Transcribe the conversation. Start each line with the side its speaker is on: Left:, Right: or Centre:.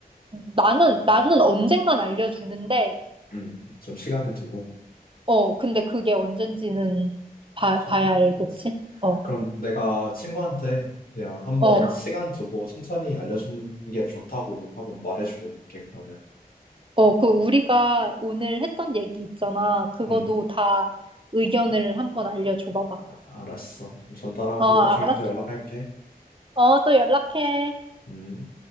Right: 나는,
Left: 음,
Right: 나는 언젠간 알려주는데,
Left: 음, 좀 시간을 두고.
Right: 어, 근데 그게 언젠지는 봐,
Left: 그쵸.
Right: 봐야 알겠지?
Left: 그치.
Right: 어,
Left: 그럼 내가 친구한테 그냥 한번
Right: 어.
Left: 시간 두고 천천히 알려주는 게 좋다고 한번 말해주고 올게, 그러면.
Right: 어, 그 우리가 오늘 했던 얘기 있잖아. 그거도
Left: 음,
Right: 다 의견을 한번 알려줘 봐봐.
Left: 아- 알았어. 그럼 전달하고
Right: 어,
Left: 나중에
Right: 알았어.
Left: 또 연락할게.
Right: 어, 또 연락해.
Left: 음.